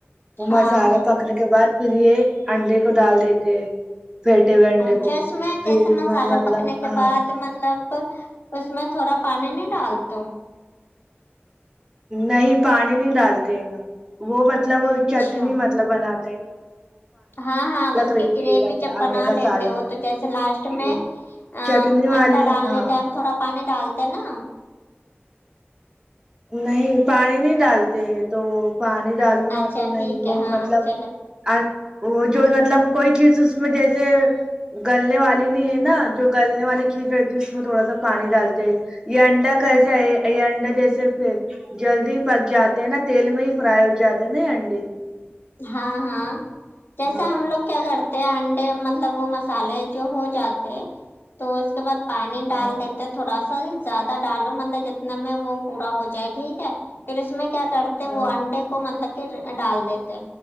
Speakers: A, on the right; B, on the left.
A: وہ
B: ہاں
A: مصالہ پکنے کے بعد پھر یہ انڈے کو ڈال دیتے پھیٹے ہوئے انڈے
B: ہاں
A: کو
B: چش میں
A: پھر
B: جیسے مسالہ
A: مطلب
B: پکنے کے
A: ہاں
B: بعد مطلب اس میں تھوڑا پانی نہیں ڈالتے ہو
A: نہیں پانی نہیں ڈالتے ہے نا وہ مطلب
B: اچھا
A: چٹنی مطلب بنات
B: ہاں ہاں اس
A: رہتی
B: کی گریوی
A: ہے
B: جب بنا
A: انڈے کا
B: لیتے
A: سالن
B: ہو تو جیسے لاشٹ میں
A: یہ
B: ا
A: چٹنی والے
B: انڈا ڈالنے
A: ہاں
B: ٹائم تھوڑا پانی ڈالتے نا
A: نہیں پانی نہیں ڈالتے ہیں تو وہ پانی ڈالو نا
B: اچھا
A: تو نہیں
B: ٹھیک
A: وہ
B: ہے ہاں
A: مطلب
B: چلے
A: اور وہ جو مطلب کوئی چیز اس میں جیسے گلنے والی نہیں ہے نا جو گلنے والی چیز رہتی ہے اس میں تھوڑا سا پانی ڈالتے یہ انڈا کیسا ہے یہ انڈا جیسے پھر جلدی پک جاتے ہیں نا تیل میں ہی فرائی ہو جاتے ہیں نا انڈے
B: ہاں ہاں جیسا
A: ہاں
B: ہم لوگ کیا کرتے ہیں انڈے مطلب وہ مسالے جو ہو جاتے تو اس کے بعد پانی ڈال
A: ہاں
B: دیتے تھوڑا سا زیادہ ڈالو مطلب جتنا میں وہ پورا ہو جائے ٹھیک ہے پھر اس میں کیا کر تو
A: ہاں
B: وہ انڈے کو مطلب کہ ڈال دیتے